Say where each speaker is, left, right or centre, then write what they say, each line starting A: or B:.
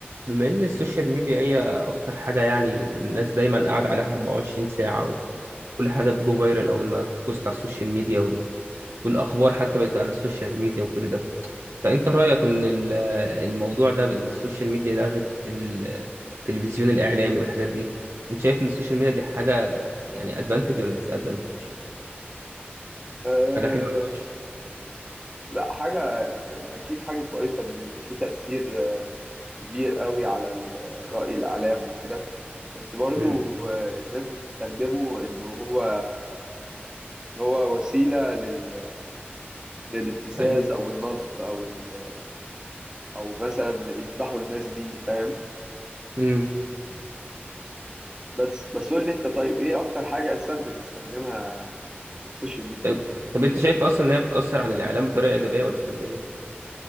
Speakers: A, on the right; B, on the right.
A: بما ان السوشيال ميديا هي اكتر حاجه يعني الناس دايما قاعده عليها 24 ساعه وكل حاجه بتجو فايرال اول ما بتبوست على السوشيال ميديا و... والاخبار حتى بقت على السوشيال ميديا وكل ده فانت رايك ان ال- الموضوع ده بان السوشيال ميديا لغت ال- التلفزيون الاعلامي والحاجات دي انت شايف ان السوشيال ميديا دي حاجه يعني ادفانتج ولا ديس ادفانتج
B: أه
A: حاجه حلوه ولا وحشه
B: لا حاجة يعني أكيد حاجة كويسة إن إن في تأثير آه، كبير قوي على ال- آه، رأي الإعلام وكده بس برضو
A: امم
B: آه، الناس بتستخدمه إن هو إن هو وسيلة لل... للابتزاز
A: ايوه
B: أو النصب أو ال... أو مثلا يفضحوا الناس بيه فاهم
A: امم
B: بس بس قول لي أنت طيب إيه أكتر حاجة أساسا بتستخدمها في السوشيال ميديا
A: طب طب انت شايف اصلا ان هي بتاثر عن الاعلام بطريقه ايجابيه ولا سلبيه